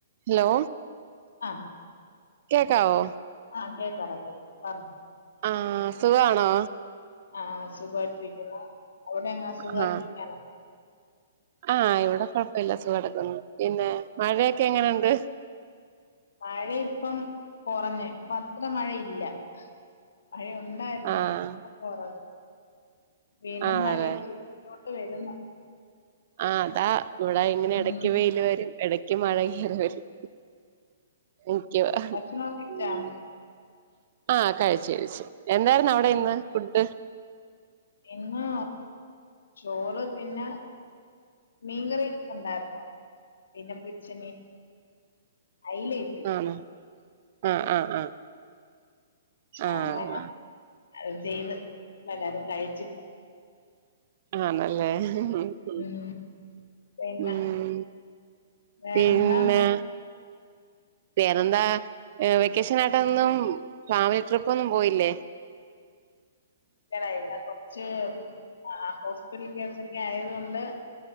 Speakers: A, on the right (about 45°); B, on the left (about 60°).
A: ഹലോ
B: ആഹ്
A: കേക്കാവോ?
B: ആഹ് കേക്കാടാ കേക്കാം പറഞ്ഞോ
A: ആഹ് സുഖണോ?
B: ആഹ് സുഖവായിട്ടിരിക്കുന്നു. അവിടെങ്ങാ സുഖവായിട്ടിരിക്കണോ?
A: ആഹ് ആഹ് ഇവിടെ കൊഴപ്പില്ല സുഖടിക്കൊന്നു, പിന്നെ മഴയൊക്കെ എങ്ങനുണ്ട്?
B: മഴ ഇപ്പം കൊറഞ് ഇപ്പത്ര മഴയില്ല. മഴയുണ്ടായിര്നന്ന്,
A: ആഹ്
B: ഇപ്പൊ കൊറവ് വീണ്ടും
A: ആണല്ലേ
B: മഴിം <unintelligible> നോട്ട് വരുന്നു
A: ആഹ് അതാ ഇവിടെ ഇങ്ങനെ
B: ഉം
A: എടക്ക് വെയിൽ വരും, എടക്ക് മഴയുംങ്ങനെ വെരും ന്കുവാ മ്,
B: ഭക്ഷണം കഴിച്ചാ
A: ആഹ് കഴിച്ച്, കഴിച്ച് എന്തായിരുന്നു അവിടെ
B: ഉം.
A: ഇന്ന് ഫുഡ്?
B: ഇന്ന് ചോറ് പിന്നെ മീൻകറി ഉണ്ടായിരുന്നു പിന്നെ പൊര്ച്ച മീൻ അയിലയും
A: ആണോ ആഹ് ആഹ് ആഹ് ആഹ്
B: അങ്ങനെ അത് ചെയ്ത് എല്ലരും കഴിച്ചിപ്പൊ
A: ആണല്ലേ ഉ
B: ഉം പിന്നെ
A: മ്
B: വേറെന്താ
A: പിന്നെ
B: ഉണ്ട്
A: വേറെന്താ ഏ വെക്കേഷനായിട്ടൊന്നും ഫാമിലി ട്രിപ്പൊന്നും പോയില്ലേ?
B: ല്ലടാ ഇവിടെ കൊർച്ച് ആഹ് ഹോസ്പിറ്റൽ കേസൊക്കെ ആയത് കൊണ്ട്